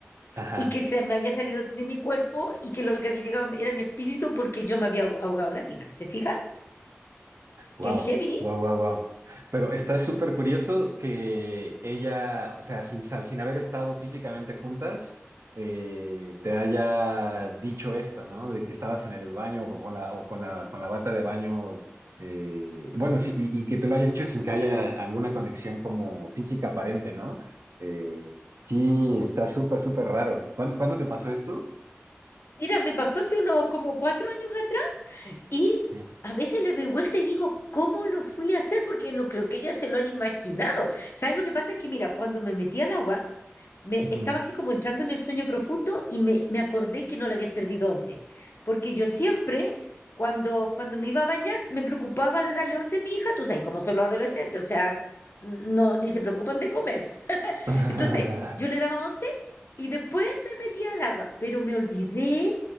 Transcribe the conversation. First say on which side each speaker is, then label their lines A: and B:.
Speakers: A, on the right; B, on the left.
A: ajá.
B: y que se me había salido de mi cuerpo y que lo que había llegado era mi espíritu porque yo me había ahog- ahogado en la tina. ¿Te fijas?
A: Wow,
B: Qué heavy.
A: wow, wow, wow. Pero está súper curioso que ella, o sea, sin, sab- sin haber estado físicamente juntas, eh, te haya dicho esto, ¿no? De que estabas en el baño o con la, o con la, con la bata de baño. eh, bueno, sí, y, y que te lo haya hecho sin que haya alguna conexión como física aparente, ¿no? Eh, sí, está súper, súper raro. ¿Cuándo, cuándo te pasó esto?
B: Mira, me pasó hace unos como cuatro años atrás Y
A: Sí.
B: a veces le doy vuelta y digo, ¿cómo lo fui a hacer? Porque no creo que ella se lo haya imaginado. ¿Sabes lo que pasa? Es que, mira, cuando me metí al agua, me
A: Ujú.
B: estaba así como entrando en el sueño profundo y me, me acordé que no le había servido once. Porque yo siempre, cuando, cuando me iba a bañar, me preocupaba de darle once a mi hija, tú sabes, cómo son los adolescentes, o sea, no, ni se preocupan de comer.
A: <laughs>
B: Entonces, yo le daba 11 y después me metía al agua, pero me olvidé